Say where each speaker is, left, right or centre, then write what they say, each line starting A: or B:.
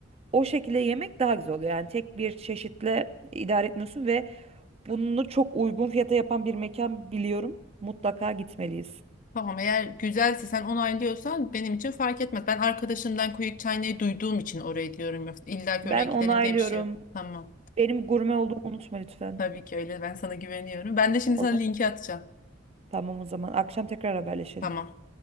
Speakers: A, on the right; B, on the left.
A: O şekilde yemek daha güzel oluyor. Yani tek bir çeşitle idare etmiyorsun ve bunu çok uygun fiyata yapan bir mekan biliyorum. Mutlaka gitmeliyiz.
B: Tamam eğer güzelse sen onaylıyorsan benim için fark etmez. Ben arkadaşımdan Kuyuk Çaynay'ı duyduğum için oraya diyorum yoksa illa ki
A: Ben
B: oraya gidelim
A: onaylıyorum.
B: diye bir şey yok. Tamam.
A: Benim gurme olduğumu unutma lütfen.
B: Tabii ki öyle. Ben sana güveniyorum. Ben de şimdi
A: O
B: sana
A: zaman
B: linki atacağım.
A: tamam o zaman akşam tekrar haberleşelim.
B: Tamam.